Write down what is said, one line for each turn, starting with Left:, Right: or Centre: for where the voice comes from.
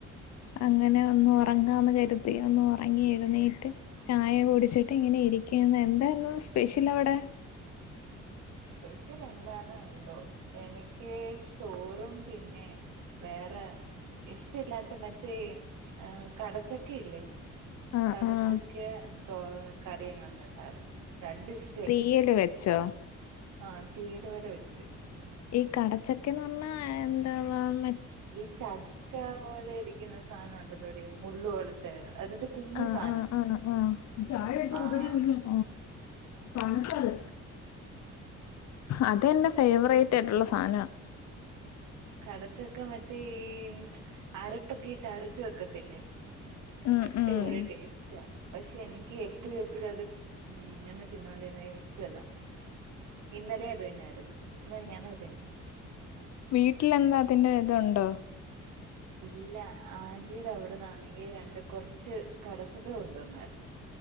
Left: അങ്ങനെ
Right: ഉം
Left: ഒന്ന് ഉറങ്ങാന്ന് കരുത് തിന്നൊന്നു ഒന്ന് ഒറങ്ങി എഴുന്നേറ്റ് ചായ കുടിച്ചിട്ട് ഇങ്ങനെ ഇരിക്കുന്ന്. എന്തായിരുന്നു സ്പെഷ്യലവടെ?
Right: സ്പെഷ്യൽ എന്താന്നോ എന്തോ എനിക്ക് ചോറും പിന്നെ വേറെ ഇഷ്ടല്ലാത്തെ മറ്റേ കടച്ചക്കെയില്ലേ
Left: ആഹ്
Right: കടച്ചക്കെ
Left: ആഹ്
Right: തൊ കറിയങ്ങാണ്ടണ്ടായിരുന്നു രണ്ടും ഇഷ്
Left: തീയല് വെച്ചോ
Right: ആഹ് തീയ്യല് പോലെ വെച്ച്
Left: ഈ കടച്ചക്കയെന്ന് പറഞ്ഞാ എന്താവാ <unintelligible> ങ്ങ്.
Right: ഈ ചക്ക പോലെ ഇരിക്കുന്ന സാധനോണ്ടല്ലോടി മുള്ള് പോലത്തെ അതിന്റെ കുഞ്ഞു
Left: ആഹ്
Right: സാധനം
Left: ആഹ് ആഹ് ആഹ്. ചായെടുത്ത്
Right: ആഹ്
Left: <unintelligible> തിന്നും. തണുത്തത്. അതെന്റെ ഫേവറേറ്റായിട്ടുള്ള സാനാ
Right: കടച്ചക്ക മറ്റേ ഈ അരപ്പൊക്കെട്ട് അരച്ച് വെക്കത്തില്ലേ?
Left: ഉം
Right: അടിപൊളി
Left: ഉം
Right: ടേസ്റ്റാ പക്ഷെ എനിക്ക് എപ്പോഴും എപ്പോഴും അത് ഉം ഇങ്ങനെ തിന്നുകൊണ്ടിരുന്ന ഇഷ്ടല്ല ഇന്നലെ അത്തന്നായിരുന്നു മിഞ്ഞാന്നും അത് തന്നെ
Left: വീട്ടിലെന്താ അതിന്റെ ഇതോണ്ടോ?
Right: ഇല്ല, ആന്റിടെ അവിടെന്നാണെങ്കിൽ രണ്ട് കൊറച്ച് കടച്ചക്ക കൊണ്ടുവന്നാരുന്നു.